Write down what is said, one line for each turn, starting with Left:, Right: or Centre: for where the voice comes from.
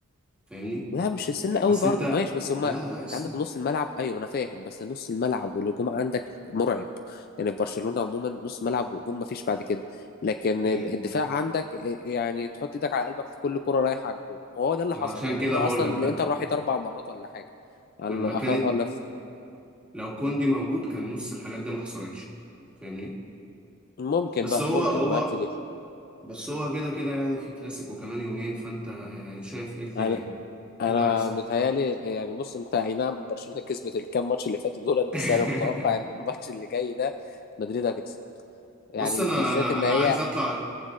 Centre: فاهمني
Left: لا مش السن قوي
Centre: بس
Left: برضو
Centre: انت
Left: ماشي بس هما
Centre: لا لا السن
Left: انت عندك نص الملعب ايوه انا فاهم بس نص الملعب والهجوم عندك مرعب يعني في برشلونة عموما نص ملعب وهجوم مفيش بعد كده لكن
Centre: مم.
Left: ال- الدفاع عندك اه، يعني تحط ايدك على قلبك في كل كرة رايحة على الجون وهو ده اللي
Centre: ما
Left: حصل
Centre: عشان
Left: يعني
Centre: كده
Left: هما
Centre: بقول
Left: اصلا
Centre: لك بقى
Left: الانتر راحت اربع مرات ولا حاجة على
Centre: لما كانت
Left: على-
Centre: لو كوندي موجود كان نص الحاجات دي ما حصلتش فاهمني
Left: ممكن
Centre: بس
Left: بقى
Centre: هو
Left: ممكن
Centre: هو
Left: معاك في
Centre: بس هو كده كده يعني في كلاسيكو كمان يومين فانت شايف ايه الدنيا
Left: دي انا
Centre: ايه اللي هيحصل
Left: متهيالي يعني بص انت اي نعم برشلونه كسبت الكام ماتش اللي فاتوا دولت بس
Centre: <laughs>
Left: انا متوقع ان الماتش اللي جاي ده مدريد هتكسب يعني
Centre: بص انا
Left: بالذات
Centre: انا
Left: ان
Centre: انا
Left: هي
Centre: عايز اطلع